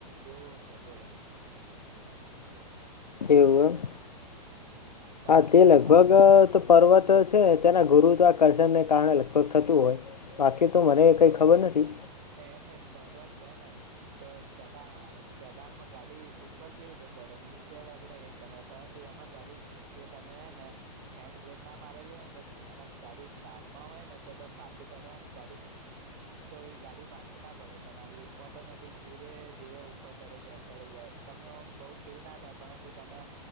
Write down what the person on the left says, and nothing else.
એવું એમ.
હા તે લગભગ
તો પર્વત છે તેના ગુરુત્વાકર્ષણને કારણે લગભગ થતું હોય બાકી તો મને કઈ ખબર નથી.